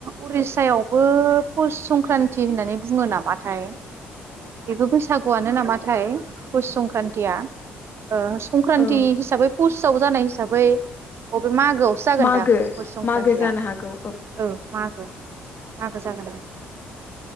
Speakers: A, on the right; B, on the left.
A: उरिस्सायावबो पस संक्रान्ति होननानै बुङो नामाथाय? बेबो बैसागुआनो नामा? नाथाय पुस संक्रान्तिया ओ संक्रान्ति
B: औ
A: हिसाबै फुस फोसाव जानाय हिसाबै मागोआवसो जागोनदां
B: मागो
A: पस संक्रान्तिया
B: मागो जानो हागौ
A: औ मागो मागो जागोन दां।